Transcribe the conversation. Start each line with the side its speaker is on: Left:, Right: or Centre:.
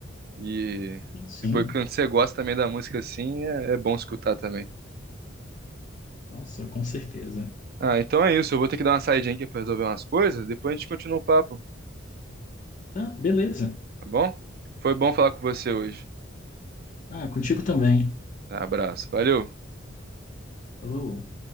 Right: E
Left: Sim, sim.
Right: depois, quando você gosta também da música, assim, é, é bom escutar também.
Left: Nossa, com certeza.
Right: Ah, então é isso. Eu vou ter que dar uma saidinha aqui pra resolver umas coisas, depois a gente continua o papo,
Left: Ah, beleza.
Right: tá bom? Foi bom falar com você hoje.
Left: Ah, contigo também.
Right: Tá, abraço. Valeu!
Left: Falou.